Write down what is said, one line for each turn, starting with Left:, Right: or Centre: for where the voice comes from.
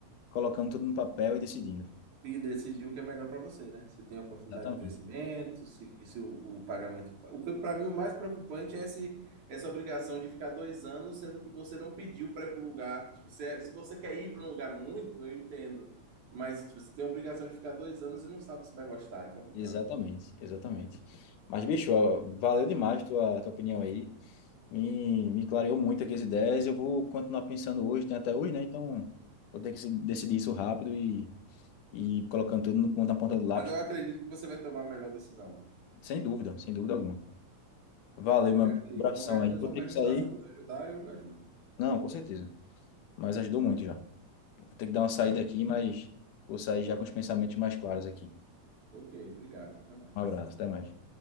Left: colocando tudo no papel e decidindo.
Right: e decidir o que é melhor para você, né? Se tem oportunidade
Left: Exatamente.
Right: de crescimento, se, que se o, o pagamento. O que para mim o mais preocupante é esse, essa obrigação de ficar dois anos, sendo que você não pediu para ir para o lugar. Tipo, se, é, se você quer ir para um lugar muito, eu entendo. Mas tipo, você tem a obrigação de ficar dois anos e não sabe se vai gostar, é complicado.
Left: Exatamente, exatamente. Mas, bicho, ó, valeu demais tua, tua opinião aí. Me, me clareou muito aqui as ideias. Eu vou continuar pensando hoje, né, até hoje, né? Então, vou ter que se- decidir isso rápido e, e colocando tudo no ponto, na ponta do lápis.
Right: Mas eu acredito que você vai tomar a melhor decisão.
Left: Sem dúvida, sem dúvida alguma. Valeu,
Right: Obrigado
Left: meu amigo.
Right: aí.
Left: Abração
Right: De qualquer
Left: aí.
Right: coisa,
Left: Vou
Right: é só perguntar.
Left: ter que sair.
Right: Se eu puder ajudar, eu ajudo.
Left: Não, com certeza. Mas ajudou muito já. Vou ter que dar uma saída aqui, mas vou sair já com os pensamentos mais claros aqui.
Right: Ok, obrigado. Até mais.
Left: Um abraço, até mais.